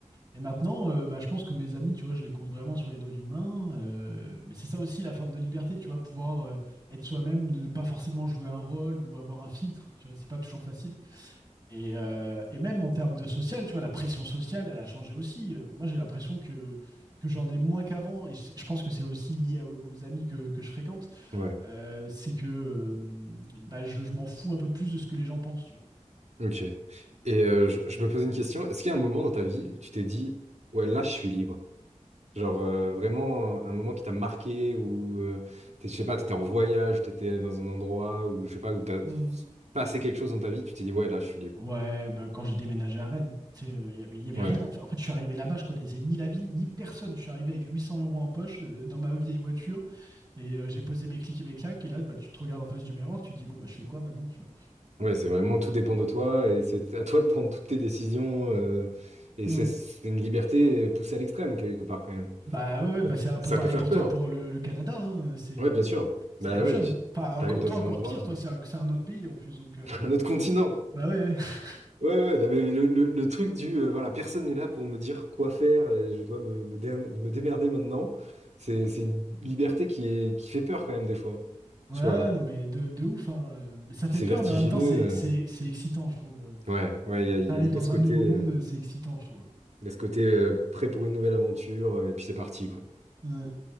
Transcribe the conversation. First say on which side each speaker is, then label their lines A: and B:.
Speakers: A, on the right (about 30°); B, on the right (about 60°).
A: Et maintenant, euh, bah, je pense que mes amis, tu vois, je les compte vraiment sur les doigts d'une main. euh, mais c'est ça aussi la forme de liberté, tu vois, pouvoir euh, être soi-même, ne pas forcément jouer un rôle ou avoir un filtre, tu vois. C'est pas toujours facile. Et, euh, et même en termes de social, tu vois, la pression sociale, elle a changé aussi. Euh, moi, j'ai l'impression que, que j'en ai moins qu'avant, et je, je pense que c'est aussi lié à- aux amis que, que je fréquente.
B: Ouais.
A: Euh, c'est que euh, bah, je, je m'en fous un peu plus de ce que les gens pensent, tu vois.
B: Ok. Et euh, je, je me posais une question. Est-ce qu'il y a un moment dans ta vie où tu t'es dit, ouais, là je suis libre? Genre euh, vraiment un moment qui t'a marqué ou euh, t'es- je sais pas, t'étais en voyage, t'étais dans un endroit où je sais pas où t'as
A: Hmm.
B: passé quelque chose dans ta vie, tu t'es dit ouais là je suis libre.
A: Ouais, bah, quand j'ai déménagé à Rennes, tu sais, euh, il y avait, il y avait
B: Ouais,
A: rien. En fait, en fait, je suis arrivé là-bas, je connaissais ni la ville, ni personne. Je suis arrivé avec 800 euros en poche euh, dans ma vieille voiture et euh, j'ai posé mes clics et mes claques. Et là, bah, tu te regardes en face du miroir, tu te dis, bon, bah, je fais quoi maintenant, tu vois?
B: ouais, c'est vraiment tout dépend de toi et c'est à toi de prendre toutes tes décisions euh, et
A: Mm.
B: c'est c'est une liberté poussée à l'extrême quelque part quand même.
A: Bah ouais, ouais, bah, c'est un peu
B: Ça
A: pareil
B: peut faire
A: pour
B: peur.
A: toi, pour le, le Canada. hein, euh, C'est
B: Ouais, bien sûr.
A: c'est
B: Bah
A: la même chose.
B: ouais, tu
A: hein. Enfin, encore-
B: t'arrives dans
A: toi, encore
B: un endroit,
A: pire, toi, c'est un, c'est un autre pays en plus. Donc,
B: <laughs>
A: euh,
B: un autre continent.
A: bah ouais, <laughs>
B: Ouais, ouais, non, mais le, le- le truc du euh, voilà, personne n'est là pour me dire quoi faire et je dois me, me dé- me démerder maintenant. C'est, c'est une liberté qui est, qui fait peur quand même des fois.
A: ouais,
B: Je
A: ouais,
B: sais pas,
A: non, mais de, de ouf. hein, euh, Mais ça fait
B: c'est
A: peur,
B: vertigineux.
A: mais en même temps, c'est
B: euh.
A: c'est- c'est excitant, je trouve. euh.
B: Ouais, ouais,
A: Tu
B: il y a,
A: t'arrives
B: il y a- il
A: dans
B: y a ce côté,
A: un nouveau
B: euh,
A: monde, c'est excitant, je trouve.
B: il y a ce côté euh, prêt pour une nouvelle aventure euh, et puis c'est parti, quoi.
A: Ouais.